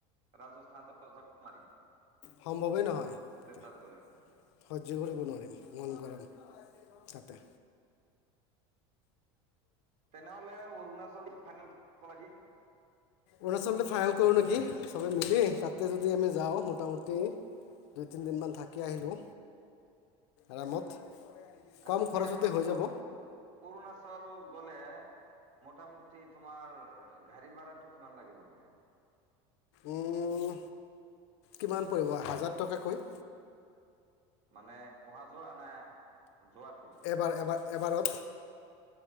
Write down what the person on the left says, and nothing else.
সম্ভৱেই নহয় তাতে
সহ্য কৰিব নোৱাৰিম ইমান গৰম। <unintelligible>
অৰুণাচলটো ফাইল কৰোঁ নেকি চবে মিলি তাতে যদি আমি যাওঁ মোটামুটি দুই তিনিদিনমান থাকি আহিলোঁ আৰামত।
কম খৰচতে
হৈ যাব
উম, কিমান পৰিব হাজাৰ টকাকৈ।
এবাৰ এবাৰ এবাৰত।